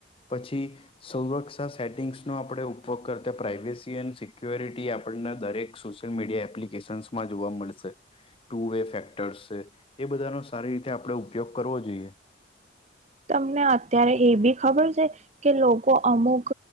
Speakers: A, on the left; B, on the right.
A: પછી <unintelligible> સેટિંગ્સનો આપણે ઉપયોગ કરતા પ્રાઇવેસી એન્ડ સિક્યોરિટી આપણને દરેક સોશિયલ મીડિયા એપ્લિકેશન્સ માં જોવા મળશે. ટુ વે ફેક્ટર્સ છે એ બધાનો સારી રીતે આપણે ઉપયોગ કરવો જોઈએ.
B: તમને અત્યારે એ બી ખબર છે. કે લોકો અમુક